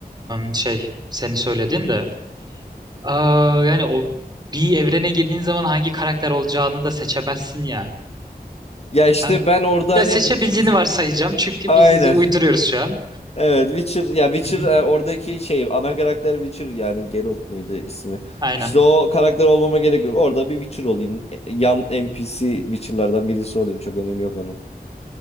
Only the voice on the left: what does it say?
Ya işte
ben orada hani
v-
aynen
<laughs>
Evet Witcher ya Witcher
e, oradaki şey ana karakter Witcher yani Geralt mıydı ismi?
İşte o karakter olmama gerek yok. Orada bir Witcher olayım. E, Yan NPC Witcher'lardan birisi olayım. Çok önemi yok onun.